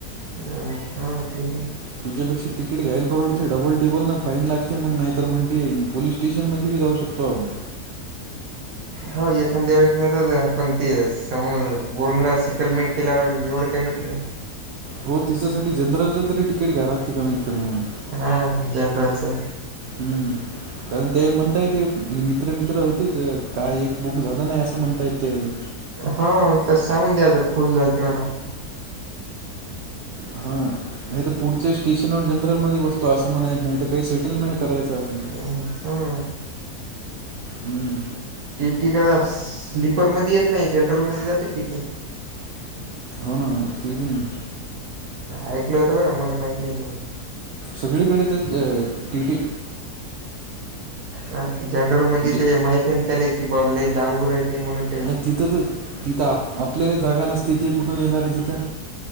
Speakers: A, on the right (about 65°); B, on the right (about 85°).
A: हम्म हम्म तिन्ही.
B: तिच्यापेक्षा तिकीट घायला परवडते डबल टेबल ना फाईन लागते मग नाहीर मग ते पोलिस स्टे ट्यूशनमध्ये बी जाऊ शकतो आम्ही.
A: हो एखांद्या वेळेस नसत आहे पण ते समोर बोलणं सेटलमेंट केला आहे मी बी एवढं काही होत नाही.
B: हो तिच्यासाठी जनरलचा तरी तिकीट घ्या लागते कमीत कमी होऊन.
A: हा जनरलचा.
B: हम्म. कारण त्या म्हणता येते मित्र मित्र होती ते काय एक बघू झाला नाय असा म्हणतेय तेल.
A: हा तर सांगून द्याचं फुल झाल ते मना.
B: हा. नाही तर पुढचे स्टेशन वर जनरल मध्ये बसतो असं म्हणायच नाही तर का ही सेटलमेंट करायचं असं.
A: हम्म हम्म.
B: हम्म.
A: टी टी का स्लीपर मध्ये येत नाही जनरलमध्ये जाते टी. टी.
B: हो ना ते बी नाही.
A: ऐकल होतं बरं मला माहित नाही न मग.
B: सगळीकडे त्या ज टी. टी.
A: अ जनरल मध्ये
B: जे
A: ते माहिती त्याले की ब लई दांगळूर आहे ते म्हणुन.
B: आणि तिथंच तिथं आप आपल्याला जागा नसते ती कुठून येणारे ती.